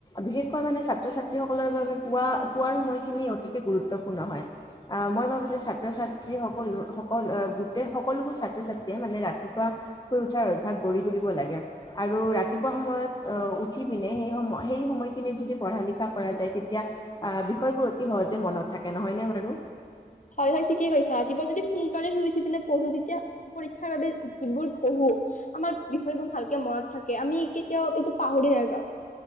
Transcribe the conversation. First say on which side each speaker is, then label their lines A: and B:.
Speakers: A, on the left (about 25°); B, on the left (about 50°).
A: বিশেষকৈ মানে ছাত্ৰ ছাত্ৰী সকলৰ বাবে পুৱা পুৱাৰ খিনি অতীকে গুৰুত্বপূৰ্ণ হয় আহ মই ভাবো যে ছাত্ৰ ছাত্ৰী সকলো সকল গোটেই সকলোবোৰ ছাত্ৰ ছাত্ৰীয়ে মানে ৰাতিপুৱা শুই উঠাৰ অভ্যাস গঢ়ি তুলিব লাগে আৰু ৰাতিপুৱা সময়ত আহ উঠি পিনে সেই সময় সেই সময়খিনিত যদি পঢ়া লিখা কৰা যায় তেতিয়া আহ বিষয় অতি সহজে মনত থাকে নহয় নে বাৰু
B: হয় হয় ঠিকেই কৈছা ৰাতিপা যদি সোনকালে শুই উঠি পিনে পঢ়ো তেতিয়া পৰীক্ষাৰ বাবে যিবোৰ পঢ়ো আমাৰ বিষয়বোৰ ভালকে মনত থাকে আমি কেতিয়াও কিন্তু পাহৰি নাযাওঁ